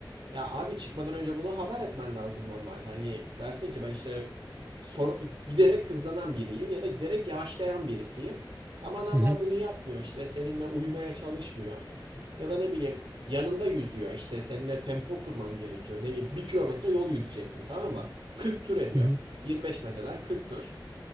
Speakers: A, on the right; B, on the right.
A: ya abi çıkmadan önce bunu haber etmen lazım normalde. Hani dersin ki ben işte son, giderek hızlanan biriyim ya da giderek yavaşlayan birisiyim. Ama adamlar
B: Hı hı.
A: bunu yapmıyor işte seninle uymaya çalışmıyor. Ya da ne bileyim yanında yüzüyor işte seninle tempo kurman gerekiyor. Ne bileyim bir kilometre yol yüzeceksin tamam mı? 40 tur ediyor.
B: Hı hı.
A: 25 metreden 40 tur.